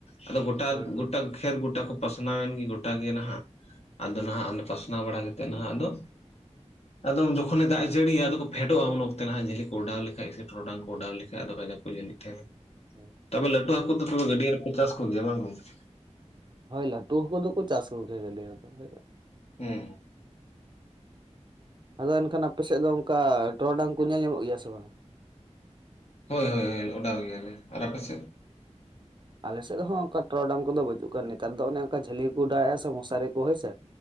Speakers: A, on the left (about 60°); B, on the right (about 40°).
A: ᱟᱫᱚ ᱜᱚᱴᱟ
B: ᱦᱳᱭ ᱦᱳᱭ
A: ᱜᱚᱴᱟ ᱠᱷᱮᱨ ᱜᱚᱴᱟ ᱠᱚ ᱯᱟᱥᱱᱟᱣ ᱮᱱ ᱜᱮ ᱜᱚᱴᱟ ᱜᱮ ᱱᱟᱦᱟᱜ ᱟᱫᱚ ᱱᱟᱦᱟᱜ ᱟᱫᱚ ᱯᱟᱥᱱᱟᱣ ᱵᱟᱲᱟ ᱠᱟᱛᱮᱜ ᱱᱟᱦᱟᱜ ᱫᱚ ᱟᱫᱚᱢ ᱡᱚᱠᱷᱚᱱᱮ ᱫᱟᱜ ᱮ ᱡᱟᱹᱲᱤᱭᱤᱭᱟ ᱟᱫᱚ ᱠᱚ ᱯᱷᱮᱰᱚᱜ-ᱟ ᱩᱱ ᱚᱠᱛᱮ ᱱᱟᱦᱟᱜ ᱡᱷᱟᱹᱞᱤ ᱠᱚ ᱚᱰᱟᱣ ᱞᱮᱠᱷᱟᱡ ᱥᱮ ᱴᱚᱰᱟᱝ ᱠᱚ ᱚᱰᱟᱣ ᱞᱮᱠᱷᱟᱡ ᱟᱫᱚ ᱠᱟᱡᱟ ᱠᱚ ᱡᱷᱟᱹᱞᱤᱜ ᱛᱮᱦᱮᱸᱱᱟ
B: ᱦᱳᱭ
A: ᱛᱚᱵᱮ ᱞᱟᱹᱴᱩ ᱦᱟᱹᱠᱩ ᱫᱚ ᱛᱚᱵᱮ ᱜᱟᱹᱰᱭᱟᱹ ᱨᱮᱯᱮ ᱪᱟᱥ ᱠᱚᱜᱮᱭᱟ ᱵᱟᱝ ᱜᱚᱝᱠᱮ?
B: ᱦᱳᱭ ᱞᱟᱹᱴᱩ ᱦᱟᱠᱩ ᱫᱩᱠᱩ ᱪᱟᱥ ᱠᱚᱜᱮᱭᱟ ᱜᱟᱹᱰᱭᱟᱹ ᱨᱮᱫᱚ
A: ᱦᱩᱸ
B: ᱟᱫᱚ ᱮᱱᱠᱷᱟᱱ ᱟᱯᱮ ᱥᱮᱫ ᱫᱚ ᱚᱝᱠᱟ ᱴᱚᱨᱚᱰᱟᱝ ᱠᱚ ᱧᱮᱞ ᱧᱟᱢᱚᱜ ᱜᱮᱭᱟ ᱥᱮ ᱵᱟᱝᱟ?
A: ᱦᱳᱭ ᱦᱳᱭ ᱦᱳᱭ ᱚᱰᱟᱣ ᱜᱮᱭᱟᱞᱮ, ᱟᱨ ᱟᱯᱟᱥᱮᱫ?
B: ᱟᱞᱮᱥᱮᱫ ᱦᱚᱸ ᱚᱱᱠᱟ ᱴᱚᱨᱚᱰᱟᱝ ᱠᱚᱫᱚ ᱵᱟᱹᱪᱩᱜ ᱠᱟ ᱱᱮᱛᱟᱨ ᱫᱚ ᱚᱱᱮ ᱚᱱᱠᱟ ᱡᱷᱟᱹᱞᱤ ᱠᱚ ᱚᱰᱟᱣᱮᱜ ᱟ ᱥᱮ ᱢᱚᱥᱟᱨᱤ ᱠᱚ ᱦᱳᱭ ᱥᱮ,